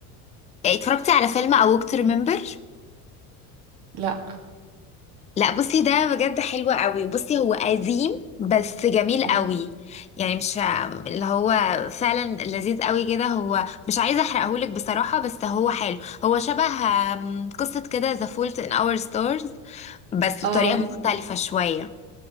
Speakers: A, on the left; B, on the right.
A: يعني اتفرجتي على فيلم A Walk to Remember
B: لا
A: لا بصي ده بجد حلو قوي بصي هو قديم بس جميل
B: مم.
A: قوي يعني مش اللي هو فعلا لذيذ قوي كده هو مش عايزه احرقهولك بصراحه بس هو حلو هو شبه آم، قصه كده ذا فولت ان اور ستارز بس
B: اه
A: بطريقه مم. مختلفه شويه